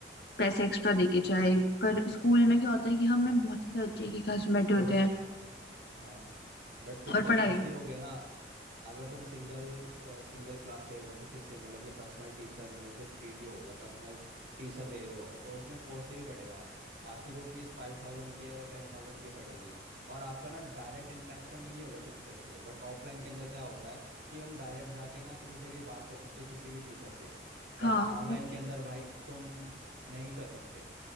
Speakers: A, on the left; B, on the right.
A: पैसे एक्स्ट्रा दे के चाहे
B: हाँ
A: पर स्कूल में क्या होता है कि हमें बहुत सारे बच्चे एक ही क्लास में बैठे
B: कॉस्ट
A: होते हैं
B: हाँ बट फिर
A: और
B: तो
A: पढ़ाई
B: कॉस्टली हो गया ना अगर तुम सिंगल सिंगल क्लास ले रहे हो किसी से मतलब कि पर्सनल टीचर बन रहे हो जैसे पीटी हो गया पर्सनल टीचर ले रहे हो तो उसमें कॉस्टली भी पड़ेगा आपकी जो फीस फाइव थाउजेंड की है वो टेन थाउजेंड की पड़ेगी और आपका ना डायरेक्ट इंटरेक्शन भी नहीं होगा टीचर से बट ऑफलाइन के अंदर क्या होता है कि हम डायरेक्ट जाके ना किसी से भी बात कर सकते हैं किसी भी टीचर से बट
A: हाँ
B: ऑनलाइन
A: वो तो
B: के अंदर भाई तुम नहीं कर सकते